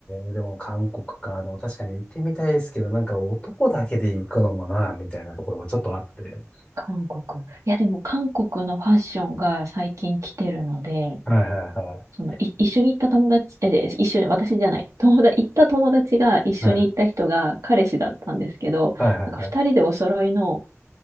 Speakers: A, on the left; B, on the right.
A: えーでも韓国か。でも確かに行ってみたいですけど、なんか男だけで行くのもな、みたいなところがちょっとあって。
B: 韓国。いや、でも韓国のファッションが最近来てるので、
A: はいはいはい。
B: その、い、一緒に行った友達、え、で一緒に、私じゃない、友達、行った友達が一緒に行った人が彼氏だったんですけど、
A: はいはいはいはい。
B: なんか二人でお揃いの、